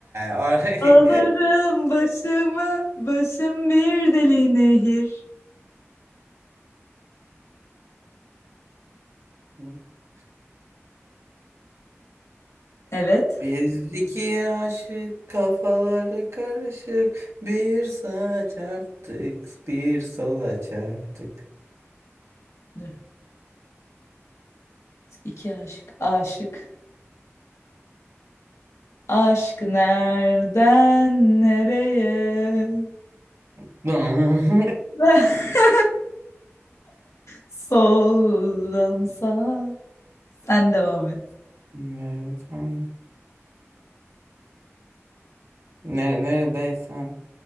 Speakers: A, on the right; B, on the left.
A: orayı.
B: alırım başımı başım bir deli nehir.
A: <laughs>
B: Evet.
A: Bizdeki aşık kafaları karışık bir sağa çarptık bir sola çarptık.
B: Dur. İki aşık. Aşık. Aşk nereden nereye?
A: <laughs>
B: <laughs> Soldan sağa. Sen devam et.
A: Nereden- Nere neredeysen